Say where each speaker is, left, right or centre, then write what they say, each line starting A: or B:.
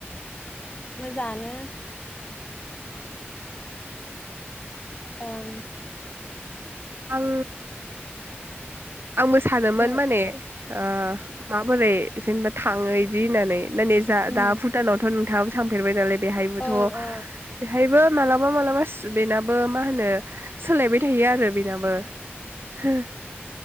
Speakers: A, on the left (about 30°); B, on the right (about 60°).
A: मोजाङानो। ओम
B: आं आंबो सानोमोन
A: नों
B: माने ओ माबोरै जेनबा थाङो इदि होननानै नेै नै जा
A: उम
B: दा भुटानावथ' नोंथाङबो थांफेरबाय दालाय बेहायबोथ'
A: औ औ
B: बेहायबो मालाबा मालाबा सुदेनाबो मा होनो सोलायबाय थायो आरो बेनाबो होह।